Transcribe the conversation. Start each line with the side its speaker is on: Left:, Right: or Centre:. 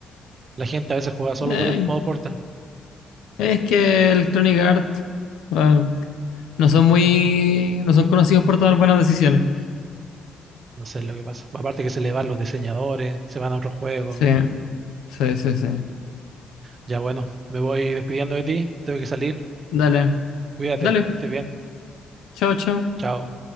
Right: La gente a veces jugaba solo
Left: Eh,
Right: por el modo Portal.
Left: es que Electronic Arts. Bueno, No son muy. No son conocidos por tomar buenas decisiones.
Right: No sé lo que pasa. Aparte que se le van los diseñadores, se van a otro juego.
Left: Sí, sí, sí, sí.
Right: Ya bueno, me voy despidiendo de ti, tengo que salir.
Left: Dale,
Right: Cuídate,
Left: dale.
Right: que estés bien.
Left: Chao, chao.
Right: Chao.